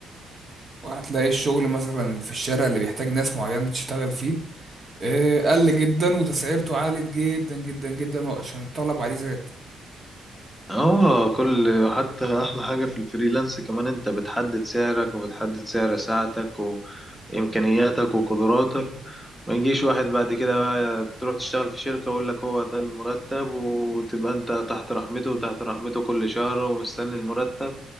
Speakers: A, on the right; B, in the centre.
A: وهتلاقي الشغل مثلا اللي في الشارع اللي بيحتاج ناس معينه تشتغل فيه آه، قل جدا وتسعيرته عالت جدا جدا جدا عشان الطلب عليه زاد
B: اه كل حتى احلى حاجة في الفريلانس كمان انت بتحدد سعرك وبتحدد سعر ساعتك وامكانياتك وقدراتك ما يجيش واحد بعد كده بقى تروح تشتغل في شركة ويقول لك هو ده المرتب وتبقى انت تحت رحمته وتحت رحمته كل شهر ومستني المرتب